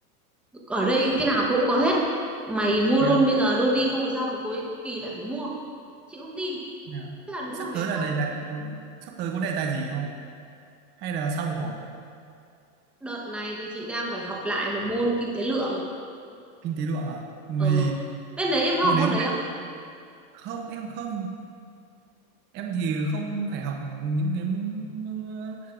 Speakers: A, in the centre; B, on the right.
A: ở đây cái nào cũng có hết mày mua
B: thế
A: luôn
B: á?
A: bây giờ luôn đi không phải sau được cuối kỳ lại phải mua chị không tin
B: Thế à?
A: thế là đúng
B: Thế sắp
A: là về
B: tới là
A: sau
B: đề tài có, sắp tới có đề tài gì không hay là xong rồi
A: đợt này thì chị đang phải học lại một môn kinh tế lượng
B: kinh tế lượng à vì
A: ờ bên đấy em có
B: môn
A: học môn
B: đấy
A: đấy không
B: không em không em thì không phải học những cái ờ,